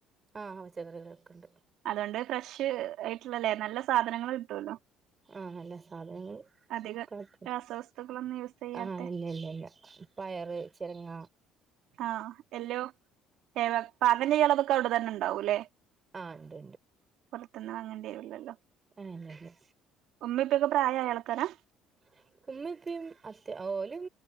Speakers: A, on the right; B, on the right.
A: ആഹ അവച്ചകറികളൊക്കെ ഉണ്ട്
B: അതുകൊണ്ട് ഫ്രഷ് ആയിട്ടുള്ളല്ലേ നല്ല സാധനങ്ങള്ൾ കിട്ടുവല്ലോ
A: ആഹ നല്ല സാധനങ്ങളും
B: അധികം
A: കട്ട
B: രാസവസ്തുക്കളൊന്നും യൂസ് ചെയ്യാത്തെ
A: ആഹ് ഇല്ല ഇല്ല ഇല്ല പയറ് ചിരങ്ങ
B: ആഹ എല്ലയോവ അങ്ങന ഇളവൊക്കെ അവിടെ തന്നെ ഉണ്ടാവൂല്ലേ
A: ആഹ് ഇണ്ട്
B: പുറത്തന്നും വാങ്ങേണ്ടി വരല്ലല്ലോ
A: ആണതെ
B: ഉമ്മിപ്പൊക്കെ പ്രായമായയാൾക്കാരാ
A: അ ഉമ്മ ഇപ്പം അത്യാ ഓലും